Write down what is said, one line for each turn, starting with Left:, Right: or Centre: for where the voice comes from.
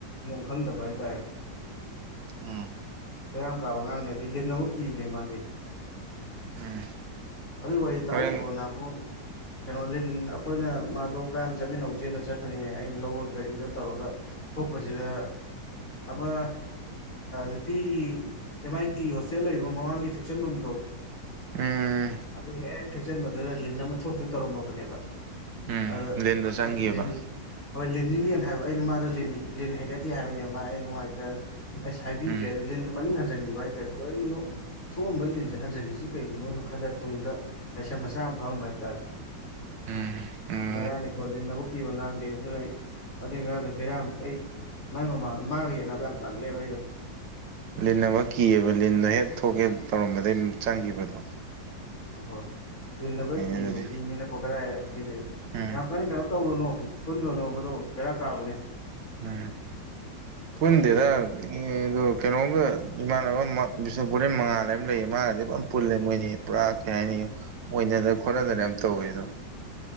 Left: ꯃ ꯈꯪꯗ ꯐꯥꯏ ꯇꯥꯏꯔꯦ
Right: ꯎꯝ
Left: ꯀꯌꯥꯝ ꯀꯥꯕ ꯑꯉꯥꯡꯅꯦ ꯑꯗꯨꯗꯤ ꯂꯤꯟꯅꯕꯨ ꯀꯤꯕꯅꯦ ꯃꯥꯗꯤ
Right: ꯎꯝ
Left: ꯑꯗꯨ ꯑꯣꯏ ꯇꯥꯗ꯭ꯔꯤꯕꯣ
Right: ꯍꯣꯔꯦꯟ
Left: ꯅꯃꯨ ꯀꯩꯅꯣ ꯂꯤꯟ ꯑꯩꯈꯣꯏꯅ ꯃꯥꯗꯣ ꯀꯝ ꯆꯠꯃꯤꯟꯅꯧꯁꯦꯟꯅ ꯆꯠꯄꯅꯤꯅꯦ ꯑꯩꯅ ꯂꯧꯔꯒ ꯒꯥꯔꯤꯗꯣ ꯇꯧꯔꯒ ꯊꯣꯛꯄꯁꯤꯗ ꯑꯃ ꯅꯨꯄꯤꯒꯤ ꯑꯦꯝ ꯑꯥꯏ ꯇꯤ ꯍꯣꯁꯇꯦꯜ ꯂꯩꯔꯤꯕ ꯃꯃꯥꯡꯒꯤ ꯐꯦꯛꯁꯟꯐꯝꯗꯣ
Right: ꯎꯝ
Left: ꯑꯗꯨ ꯍꯦꯛ ꯊꯦꯛꯆꯟꯕꯗꯨꯗ ꯂꯤꯟ ꯑꯃ ꯊꯣꯛꯇꯨ ꯇꯧꯔꯝꯃꯕꯅꯦꯕ
Right: ꯎꯝ
Left: <unintelligible>
Right: ꯂꯤꯟꯗꯣ ꯆꯪꯒꯤꯑꯕ
Left: ꯍꯣꯏ ꯂꯤꯟꯅꯤꯅꯦꯅ ꯍꯥꯏꯕ ꯑꯩ ꯃꯥꯗ ꯂꯤꯟ ꯍꯩꯒꯗꯦ ꯍꯥꯏꯕꯅꯦꯕ ꯃꯥ ꯑꯩ ꯅꯨꯡꯉꯥꯏꯇ꯭ꯔꯦꯅ ꯑꯁ ꯍꯥꯏꯕꯤꯗ꯭ꯔꯦ
Right: ꯎꯝ
Left: ꯑꯗꯣ ꯂꯤꯟꯗ ꯃꯅꯤꯡ ꯍꯟꯖꯤꯟꯈꯤꯕ ꯍꯥꯏꯇꯥꯔꯦ ꯀꯔꯤꯅꯣ ꯁꯣꯕ ꯂꯤꯟꯁꯦ ꯍꯟꯖꯤꯜꯂꯤꯁꯤ ꯀꯩꯒꯤꯅꯣ ꯈꯜꯂꯦ ꯇꯨꯡꯗ ꯄꯩꯁꯥ ꯃꯆꯥ ꯑꯃ ꯐꯝꯕ ꯍꯥꯏꯇꯥꯔꯦ
Right: ꯎꯝ ꯎꯝ
Left: ꯕꯦꯔꯥꯅꯤꯀꯣ ꯂꯤꯟꯅꯕꯧ ꯀꯤꯕ ꯉꯥꯡꯗꯦ ꯑꯗꯨꯅ ꯑꯩ ꯑꯗꯨꯏ ꯉꯥꯡꯗ ꯄꯦꯔꯥꯃꯨꯛ ꯑꯩ ꯃꯥꯏ ꯃꯃꯥꯡ ꯃꯥꯒ ꯌꯦꯟꯅꯅꯕ ꯌꯥꯝ ꯇꯜꯂꯦꯕ ꯑꯩꯩꯅ
Right: ꯂꯤꯟ ꯑꯃ ꯀꯤꯑꯕ ꯂꯤꯟꯗꯣ ꯍꯦꯛ ꯊꯣꯛꯀꯦ ꯇꯧꯔꯝꯕꯗꯒꯤꯩ ꯆꯪꯈꯤꯕꯗꯣ
Left: ꯍꯣꯏ ꯌꯦꯗꯕ
Right: ꯑꯗꯨꯗꯤ
Left: ꯀꯣ <unintelligible> ꯀꯗꯥꯏ
Right: ꯎꯝ
Left: ꯌꯥꯝ ꯀꯟꯅ ꯀꯩꯅꯣ ꯇꯧꯔꯨꯅꯣ ꯄꯨꯜꯂꯨꯅꯣ ꯃꯗꯨ ꯒꯦꯔꯥ ꯀꯥꯕꯅꯦ
Right: ꯎꯝ ꯄꯨꯟꯗꯦꯗ
Left: ꯈꯪꯗꯦ
Right: ꯑ ꯀꯩꯅꯣꯝꯒ ꯏꯃꯥꯟꯅꯕ ꯑꯃ ꯕꯤꯁꯅꯨꯄꯨꯔꯗꯩ ꯃꯉꯥꯜꯂ ꯑꯃ ꯂꯩꯌꯦ ꯃꯥꯒꯗꯤ ꯄꯨ ꯄꯨꯜꯂꯦ ꯃꯣꯏꯅꯤ ꯄꯨꯔꯥ ꯀꯩ ꯍꯥꯏꯅꯤ ꯑꯣꯏꯅꯗꯅ ꯈꯣꯠꯅꯗꯅ ꯌꯥꯝ ꯇꯧꯋꯦ ꯑꯗꯨꯝ